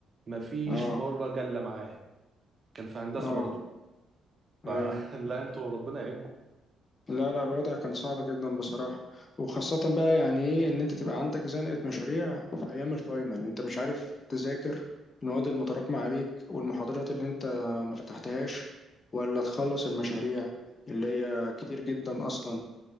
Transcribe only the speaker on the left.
اه
اه
ايوه
لا لا الوضع كان صعب جدا بصراحة وخاصة بقى يعني ايه ان انت تبقى عندك زنقة مشاريع في ايام الفاينل انت مش عارف تذاكر المواد المتراكمة عليك والمحاضرات اللي انت ما فتحتهاش ولا تخلص المشاريع اللي هي كتير جدا اصلا